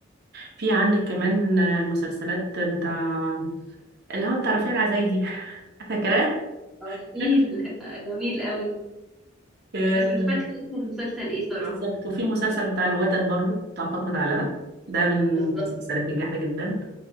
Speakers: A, on the right; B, in the centre.
A: في عندك كمان آه، المسلسلات بتاع اللي هو بتاع رفيع العزايزي <laughs> فاكراه
B: آه، جميل
A: فاكرة؟
B: <laughs> جميل قوي
A: آه،
B: بس مش فاكرة اسم المسلسل ايه صراحة
A: بالظبط وفي المسلسل بتاع الوتد برضو بتاع فاطمة علبة ده من المسلسلات
B: بالظبط
A: الجامدة جدا